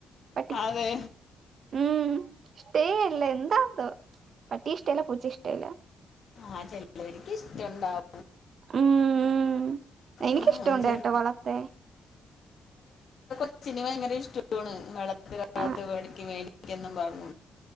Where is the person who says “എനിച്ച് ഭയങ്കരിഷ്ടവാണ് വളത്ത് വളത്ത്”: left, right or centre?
Left